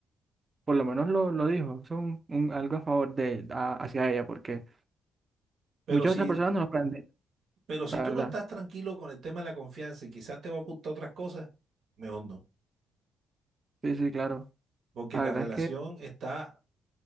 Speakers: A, on the right (about 30°); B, on the right (about 65°).
A: por lo menos lo, lo dijo, es un, un algo a favor de, a- hacia ella, porque
B: Pero
A: muchas
B: si
A: otras personas no lo han dicho,
B: Pero si
A: la
B: tú
A: verdad,
B: no estás tranquilo con el tema de la confianza y quizás te va a ocultar otras cosas, mejor no.
A: sí, sí, claro,
B: Porque
A: la
B: la
A: verdad
B: relación
A: es que
B: está